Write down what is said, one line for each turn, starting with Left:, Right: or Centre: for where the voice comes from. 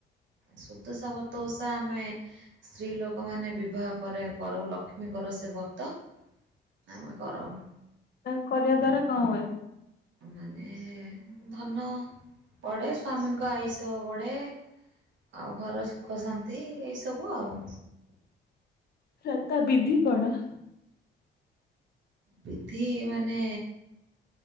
Right: ସୁଦଶା ବ୍ରତ ଓଷା ଆମେ ସ୍ତ୍ରୀ ଲୋକମାନେ ବିବାହ ପରେ କରାଉ ଲକ୍ଷ୍ମୀଙ୍କର ସେ ବ୍ରତ ଆମେ କରାଉ।
Left: ଏହା କରିବା ଦ୍ଵାରା କ ହୁଏ?
Right: ମାନେ ଧନ ବଢେ, ସ୍ଵାମୀଙ୍କ ଆୟୁଷ ବଢେ। ଆଉ ଘର, ସୁଖ, ଶାନ୍ତି ଏଇସବୁ ଆଉ।
Left: ରତା ବିଧି କଣ?
Right: ବିଧି ମାନେ